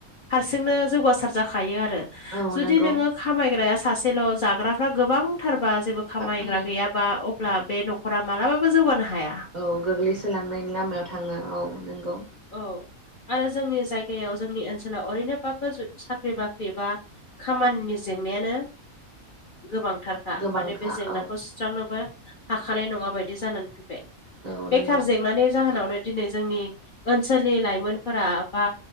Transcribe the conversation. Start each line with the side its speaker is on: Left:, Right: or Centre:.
Left: हारसिंनो जौगासार जाखायो आरो
Right: औ
Left: जुदि
Right: नंगौ
Left: नोङो खामायग्राया सासेल' जाग्राफ्रा गोबांथारबा जेबो खामायग्रा
Right: उम
Left: गैयाब बा अब्ला बे न'खरा मालाबाबो जौगानो हाया
Right: औ गोग्लैसोलांनायनि लामायाव थाङो औ नोंगौ
Left: औ आरो जोंनि जायगायाव जोंनि ओनसोलाव ओरैनोबाबो साख्रि बाख्रि बा खामानिनि जेंनायानो गोबांथारखा
Right: गोबांखा
Left: माने बे जेंनाखौ
Right: औ
Left: सु सुस्रांनोबो हाखानाय नङा बायदि जानानै फैबाय
Right: औ
Left: बेखार
Right: नंगौ
Left: जेंनानि जाहोनावनो दिनै जोंनि ओनसोलनि लाइमोनफोरा बा